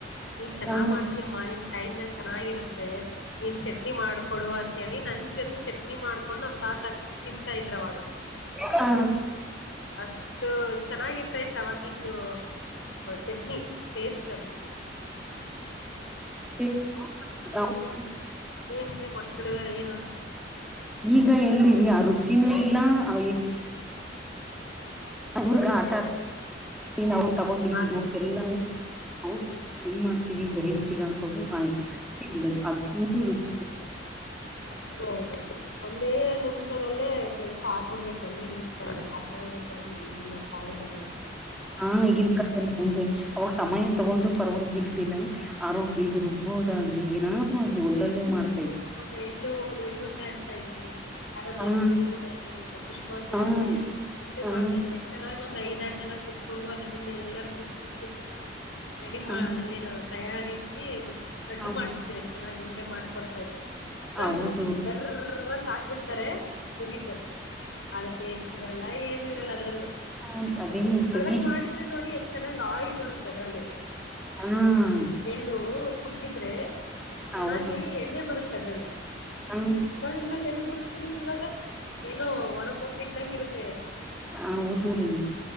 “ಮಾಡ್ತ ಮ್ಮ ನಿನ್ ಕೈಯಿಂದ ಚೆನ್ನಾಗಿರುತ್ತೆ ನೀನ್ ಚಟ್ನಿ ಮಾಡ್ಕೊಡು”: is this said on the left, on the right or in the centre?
Left